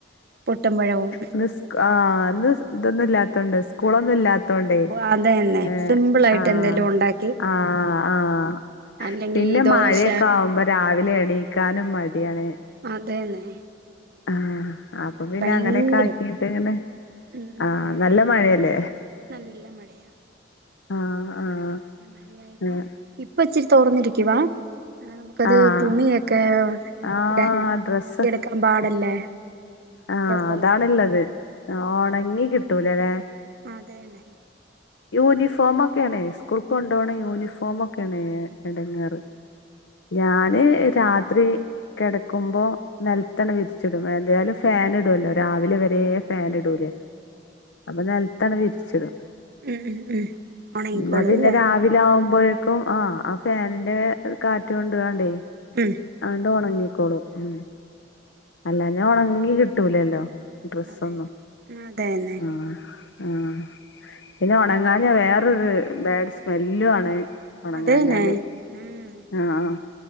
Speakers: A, on the right; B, on the left.
A: പുട്ടും പഴവും.
B: ഇന്ന് സ്കൂ ആഹ് ഇന്ന് ഇതൊന്നും ഇല്ലാത്തോണ്ട്. സ്കൂളൊന്നും ഇല്ലാ ത്തോണ്ടേ.
A: അതന്നെ
B: ഏഹ്
A: സിമ്പിൾ ആയിട്ട്
B: ആഹ്
A: എന്തേലും ഉണ്ടാക്കി
B: ആഹ് ആഹ്
A: അല്ലെങ്കി
B: പിന്നെ
A: ഈ ദോശ
B: മഴക്കെ ആകുമ്പോ രാവിലെ എണീക്കാനും മടിയാണ്.
A: അതെന്നെ.
B: ആഹ് അപ്പൊ പിന്നെ
A: ഭയങ്കര
B: അങ്ങനെക്കെ ആക്കിട്ട് ഇങ്ങനെ.
A: ഉം ഉം
B: ആഹ് നല്ല മഴയല്ലേ.
A: നല്ല മഴയാ
B: ആഹ് ആഹ്
A: നല്ല മഴയായിരുന്നു.
B: ആഹ്
A: ഇപ്പ ഇച്ചിരി തോർന്നിരിക്കുവാ. എന്താ നമുക്കത്
B: ആഹ്
A: തുണിയൊക്കെ
B: ആഹ്
A: ഇടാന്
B: ഡ്രസ്സ്
A: ഉണക്കി എടുക്കാൻ പാടല്ലേ.
B: ആഹ്
A: ഡ്രസ്സെല്ലാം
B: അതാണ്ള്ളത്. ഒണങ്ങി കിട്ടൂല ലേ.
A: അതെന്നെ
B: യൂണിഫോമ ക്കെണേ. സ്കൂൾ കൊണ്ടൊണ യൂണിഫോമ ക്കെണേ എടങ്ങാറ്. ഞാന് രാത്രി കിടക്കുമ്പോ നെൽത്തണ്ട് വിരിച്ചിടും. എന്തായാലും ഫാന് ഇടൊല്ലോ. രാവിലെ വരെ ഫാന് ടൂലേ. അപ്പൊ നെൽത്താണ് വിരിച്ച്ടും.
A: ഉം. ഉം. ഉം. ഉണങ്ങിക്കോളൂ
B: ന്നാ പിന്നെ
A: അല്ലേ
B: രാവിലെ ആവുമ്പോഴേക്കും ആഹ് ആ ഫാനിന്റെ കാറ്റ് കൊണ്ട് ങ്ങാണ്ടേ
A: ഉം
B: ആണ്ട് ഉണങ്ങിക്കോളും. ഉം. അല്ലാ ഞാ ഒണങ്ങി കിട്ടൂലല്ലോ. ഡ്രസ്സൊന്നു.
A: അതെ അതെ അതന്നെ
B: ആഹ് ആഹ്. പിന്നെ ഒണങ്ങാഞ്ഞ വേറരു ബാഡ് സ്മെല്ലു ആണ്. ഒണങ്ങാഞ്ഞാല്.
A: അതന്നെ ഉം
B: ആഹ്